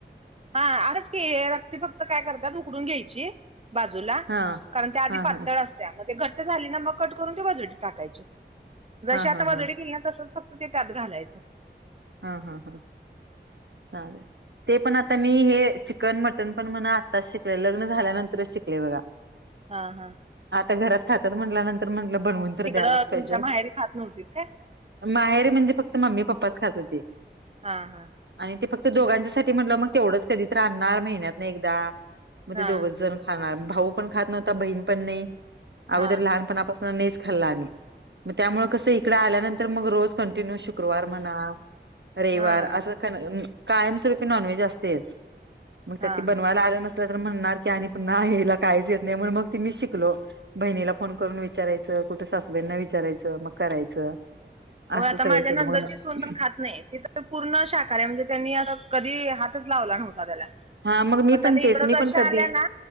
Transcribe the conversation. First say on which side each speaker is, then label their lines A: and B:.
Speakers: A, on the right; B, on the right.
A: हा आच क रक्ती फक्त काय करतात उकडून घ्यायची. बाजूला
B: हा
A: कारण त्या आधी
B: हा
A: पातळ
B: हा
A: असत त्या घट्ट झाली ना मग कट करून ते वजडी टाकायचे
B: हा
A: जसे आता
B: हा
A: वजडी
B: हा
A: गेली ना तसचक्त. त ते त्यात घालायचं
B: हा हा हा चालेल. ते पण आता मी हे चिकन मटण पण म्हणा आत्ताच शिकले लग्न झाल्यानंतरच शिकले बघा. <unintelligible>
A: हा हा.
B: आता घरात खातात म्हटल्यानंतर म्हंटलं बनवून तर
A: तिकडं
B: द्यायलाच पाहिजेल.
A: तुमच्या माहेरी खात नव्हतीत काय
B: माहेरीे म्हणजे फक्त मम्मी पप्पाच खात होते
A: हा हा
B: आणि ते फक्त दोघांच्या सा म्हटलं मग तेवढंच कधीच राणार महिन्यात नाही एकदा मग
A: हा
B: ते दोघच जण खाणार भाऊ पण खात नव्हता बहीण पण नाही अगोदर
A: हा
B: लहान
A: हा
B: पण आपण. नेच खाल्ला आम्ही मग त्यामुळे कसं इकड आल्यानंतर मग रोज कंटिन्यू शुक्रवार म्हणा. रेवार
A: हा
B: असं कायमस्वरूपी नॉनव्हेज असतेच मग त्या
A: हा
B: ते बनवायला
A: हा
B: आलं नसत. म्हणणार की आणि प याला काहीच येत नाही म्हण मग ती मी शिकलो बहिणीला फोन करूनच. विचारयचं कुठं सासूबाईंना विचारायचं मग करायचं.
A: हो
B: असं
A: आता
B: सगळं
A: माझ्या
B: केलं
A: नंतरची
B: मग
A: सून पण खात नाही तिथ. तर पूर्ण शाका्या म्हणजे त्यांनी आता कधी हातच लावला नव्हता त्याला
B: हा मग मी
A: पण त्याता
B: तेच
A: इकडचशा
B: मी पण कधी
A: आल्या ना